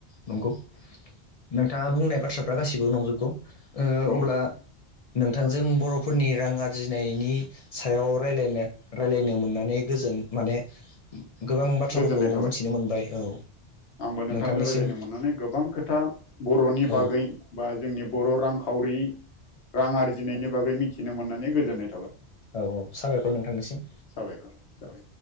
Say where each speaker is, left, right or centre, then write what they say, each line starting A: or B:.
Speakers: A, on the left; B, on the left.
A: नंगौ नोंथाङा बुंनाय बाथ्राफ्रा गासिबो नंजोबगौ ओ
B: औ
A: अब्ला। नोंथांजों बर'फोरनि रां आरजिनायनि सायाव रायलायनो रायलायनो मोननानै गोजोन माने गोबां बाथ्राफोरखौ
B: गोजोननाय थाबाय
A: मोनथिनो मोनबाय औ।
B: आंबो नोंथांजों
A: नोंथांनिसिम
B: रायज्लायनो मोननानै गोबां खोथा बर'नि बागै
A: औ
B: बा जोंनि बर' रांखावरि रां आरजिनायनि
A: औ
B: बागै मिथिनो मोननानै गोजोननाय थाबाय।
A: औ औ साबायखर नोंथांनिसिम
B: साबायखर साबायखर